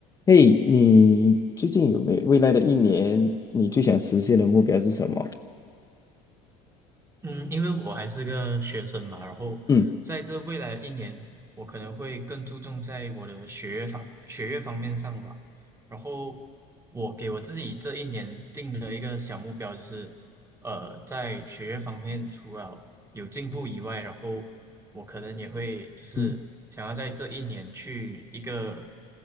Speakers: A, on the left; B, on the right.
A: 嘿，你最近有没有未来的一年，你最想实现的目标是什么？
B: 嗯，因为我还是个学生嘛，然后在这未来的一年，
A: 嗯
B: 我可能会更注重在我的学业上、学业方面上吧。然后我给我自己这一年定了一个小目标，就是呃，在学业方面除了有进步以外，然后我可能也会就是想要在这一年去一个
A: 嗯